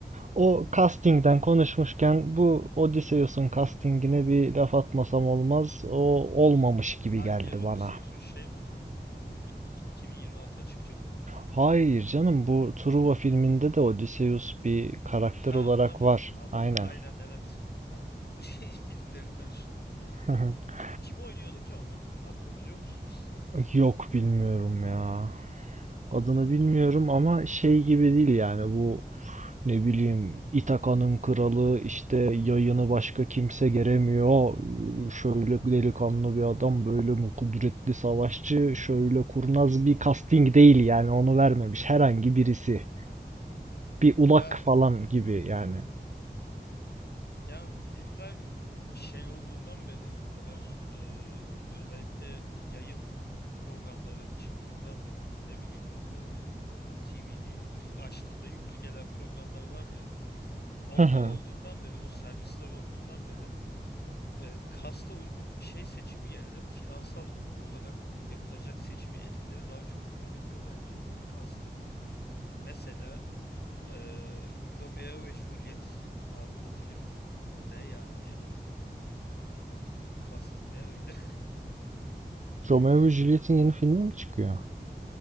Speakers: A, on the right (about 45°); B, on the left (about 65°).
A: O castingden konuşmuşken bu Odysseus'un castingine bir laf atmasam olmaz. O olmamış gibi
B: Hangi
A: geldi
B: Odysseus'un
A: bana.
B: şey mi? E, y- y- 2026'da çıkacak olan mı?
A: Hayır canım bu Truva filminde de Odysseus bir karakter
B: Ha,
A: olarak
B: ona mı?
A: var.
B: Anla
A: Aynen.
B: e, Aynen evet. Ben o <laughs> şey, filmleri karıştırdım.
A: <laughs>
B: O Kim oynuyordu ki onu? Adını biliyor musun? <laughs>
A: Yok bilmiyorum ya. Adını
B: Ha.
A: bilmiyorum ama şey gibi değil yani bu ne bileyim İthaka'nın kralı işte yayını başka kimse geremiyor. Şöyle delikanlı bir adam böyle mi kudretli savaşçı şöyle kurnaz bir casting değil yani onu vermemiş herhangi birisi. Bir ulak
B: Ya
A: falan gibi yani.
B: ya filmler şey olduğundan beri bu kadar e, özellikle yayın programları çıktığından beri ne bileyim e, böyle TV'ni yüklü, açtığında yüklü gelen programlar var ya. Onlar
A: <laughs>
B: olduğundan beri, o servisler olduğundan beri Eee, kasta uygun şey seçimi yerine finansal olarak yapılacak seçimi etkileri daha çok belirliyor bence kasta. Mesela eee, Romeo ve Juliet. Abi o film ne yani ya? O filmin kastı ne öyle?
A: Romeo
B: <laughs>
A: ve Juliet'in yeni filmi mi çıkıyor?